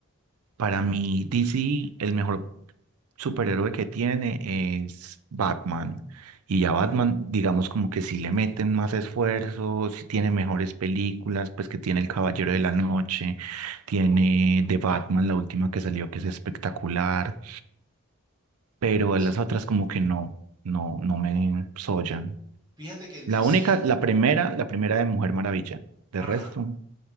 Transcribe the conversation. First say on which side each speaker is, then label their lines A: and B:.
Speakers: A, on the right; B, on the right.
A: para mí DC el mejor superhéroe que tiene es Batman. Y ya
B: ujú,
A: Batman, digamos como que si le meten más esfuerzo, si tiene mejores películas, pues que tiene El Caballero de la Noche, tiene The Batman, la última que salió, que es espectacular, pero
B: así.
A: las otras como que no, no, no me sollan.
B: Fíjate que DC,
A: La única, la primera, la primera de Mujer Maravilla. De
B: ajá,
A: resto.